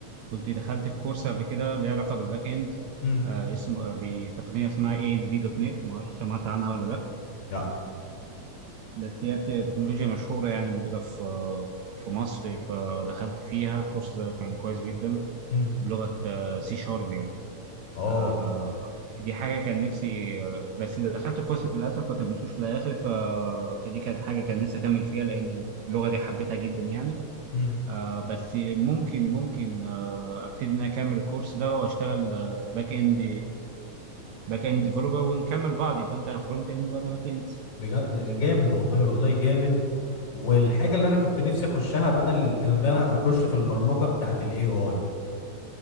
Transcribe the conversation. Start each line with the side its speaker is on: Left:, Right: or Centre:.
Right: كنت دخلت في كورس قبل كده ليه علاقه بالباك اند
Left: امم
Right: آه اسم آه، بتقنيه اسمها اي اس بي دوت نت ما اعرفش سمعت عنها ولا لا
Left: لا
Right: بس هي بت... تكنولوجيا مشهوره يعني موجوده في آه، في مصر فدخلت فيها الكورس ده كان كويس جدا
Left: امم
Right: بلغه سي شارب يعني
Left: اه
Right: آه دي حاجه كان نفسي آه، بس اذا دخلت الكورس للاسف ما كملتوش للاخر فدي كانت حاجه كان نفسي اكمل فيها لان اللغه دي حبيتها جدا يعني
Left: امم
Right: آه بس ممكن ممكن آه ابتدي ان انا اكمل الكورس ده واشتغل آه باك اند باك اند ديفلوبر ونكمل بعض يبقى انت فرونت اند وانا باك اند
Left: بجد آه، جامد والله والله جامد والحاجه اللي انا كنت نفسي اخشها بقى ال- اللي انا اخش في البرمجه بتاعه الاي اي